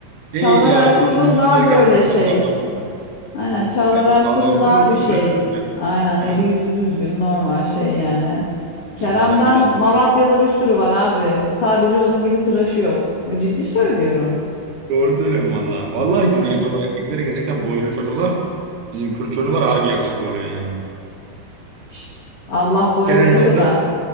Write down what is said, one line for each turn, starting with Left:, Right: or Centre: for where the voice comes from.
Left: Çağlar
Right: Değil ya
Left: Ertuğrul
Right: şu günümüz
Left: daha
Right: ergen
Left: böyle
Right: kızların
Left: şey.
Right: abartısı.
Left: Aynen Çağlar
Right: Bence
Left: Ertuğrul
Right: Çağla Ertuğrul
Left: daha bir şey.
Right: güzel çocuk ya.
Left: Aynen
Right: Evet
Left: eli yüzü düzgün normal şey yani. Kerem'den
Right: biz bu adam bir de
Left: Malatya'da bir sürü var abi. Sadece onun gibi tıraşı yok. Ciddi söylüyorum.
Right: doğru söylüyorum vallahi. Vallahi
Left: Öbür özel.
Right: Güneydoğu erkekleri gerçekten boylu çocuklar. Bizim Kürt çocuklar harbi yakışıklı oluyor yani.
Left: İşte Allah boy
Right: Kerem'in
Left: veriyor
Right: adı
Left: da.